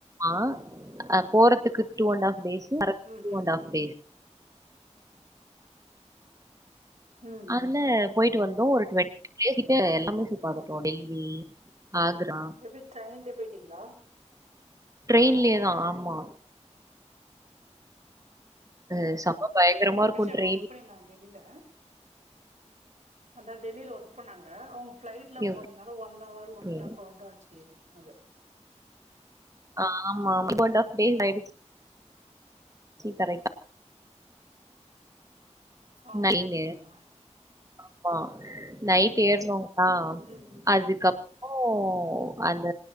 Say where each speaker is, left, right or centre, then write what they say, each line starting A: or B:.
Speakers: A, on the right; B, on the right.
A: ஆ அ போறதுக்கு துக் டூ
B: இங்க
A: அண்டாஃப் டேஸ் வரதுக்கு
B: ம்
A: டூ
B: ம்
A: அன்டாஃப் டேஸ்
B: ம்
A: அதுல
B: ம்
A: போயிட்டு வந்தோ ஒரு டொண்டி பிளேஸ்கிட்ட எல்லாமே சுத்திபாத்துட்டோ டெல்லி ஆக்ரா
B: எப்டி டிரெயின்லியே போயிட்டீங்ளா
A: ட்ரெயின்லே தா ஆமா அது செம பயங்கரமா
B: ஏ தங்கச்சி
A: இருக்கும்
B: அங்க
A: ட்ரெயின்.
B: ஒர்க் பண்ணியிருந்தாங்க டெல்லில அதா டெல்லில ஒர் ர்க் பண்ணாங்க அவங்க ஃபிளைட்ல
A: ஓகே,
B: போனதுனால one hour
A: okay.
B: one Half hour தா ஆச்சு அப்டின்னாங்க
A: ஆ ஆமா ஆமா டூ அண்டாஃப் டேஸ் ஆச்சு சீக்கரைட்
B: ஆ
A: நைனு
B: அப்டிங்ளா
A: ஆமா நைட் ஏற்னோமா
B: ம்
A: அதுக்கப் றோ அந்த